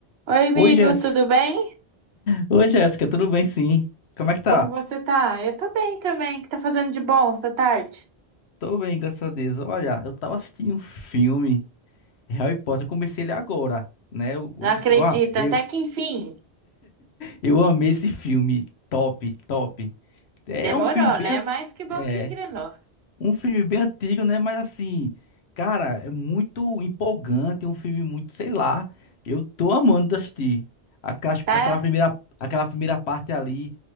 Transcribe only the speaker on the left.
Oi, Jéssica.
Oi, Jéssica, tudo bem sim? Como é que tá?
Tô bem, graças a Deus. Olha, eu tava assistindo um filme, Harry Potter, eu comecei ele agora, né? Eu,
eu, eu,
eu,
eu amei esse filme, top, top. É
um filme bem,
an-
é,
Um filme bem antigo, né? Mas assim, cara, é muito empolgante, é um filme muito, sei lá, eu tô amando assistir. Aquela,
aquela primeira, aquela primeira parte ali,